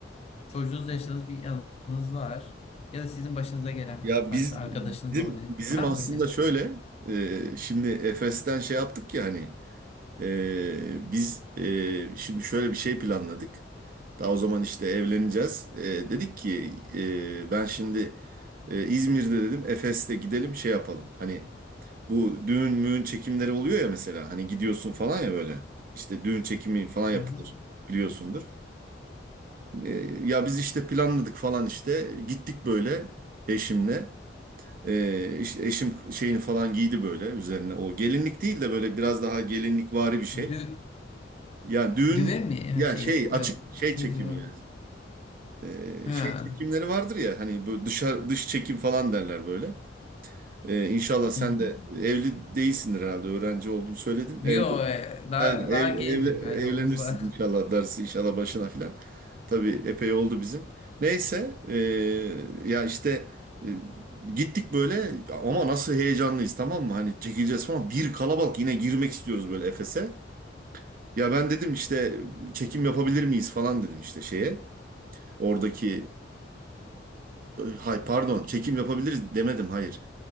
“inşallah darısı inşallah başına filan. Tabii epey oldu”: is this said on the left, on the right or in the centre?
Right